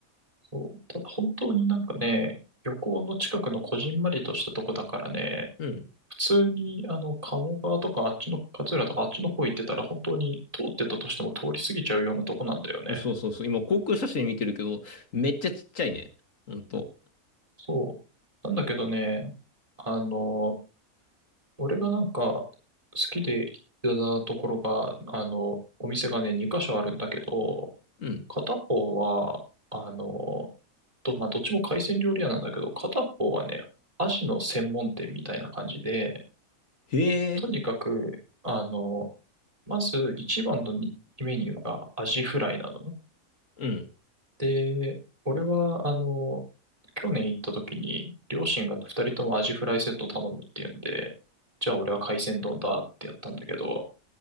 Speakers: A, on the right; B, on the left.
A: そう。ただ本当になんかね、漁港の近くのこじんまりとしたとこだからね、
B: うん。
A: 普通に、あの、鴨川とか、あっちの、勝浦とか、あっちの方行ってたら、本当に通ってたとしても通り過ぎちゃうようなとこなんだよね。
B: うんそうそうそう。今、航空写真見てるけど、めっちゃちっちゃいね。ほんと。
A: そう。なんだけどね、あの、俺がなんか、好きで行ってたところが、あの、お店がね、2箇所あるんだけど、
B: うん。
A: 片方は、あの、ど、まあ、どっちも海鮮料理屋なんだけど、片方はね、アジの専門店みたいな感じで、
B: へえ。
A: とにかく、あの、まず一番のにメニューがアジフライなのね。
B: うん。
A: で、俺は、あの、去年行った時に、両親が二人ともアジフライセット頼むっていうんで、じゃあ俺は海鮮丼だってやったんだけど、